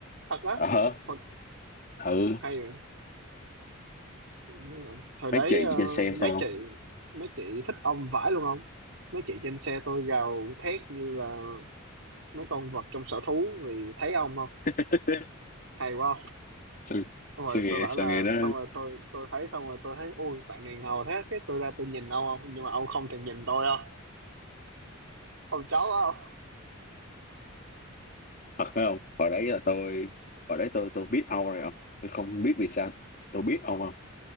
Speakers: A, on the right; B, on the left.
A: thật á
B: ờ
A: Ủa,
B: ừ
A: hay Đúng rồi. Thời
B: mấy
A: đấy
B: chị
A: ờ,
B: trên xe sao
A: mấy
B: không
A: chị mấy chị thích ông vãi luôn không? Mấy chị trên xe tôi gào thét như là mấy con vật trong sở thú vì thấy ông không?
B: <laughs>
A: Hay quá không?
B: sao,
A: Xong rồi
B: sao nghe
A: tôi bảo
B: sao
A: là
B: nghe nó
A: xong rồi tôi tôi thấy xong rồi tôi thấy ui bạn này ngầu thế cái tôi ra tôi nhìn ông không nhưng mà ông không thèm nhìn tôi không? Ông chó quá không?
B: thật phải không hồi đấy là tôi hồi đấy tôi tôi biết ông rồi không tôi không biết vì sao tôi biết ông không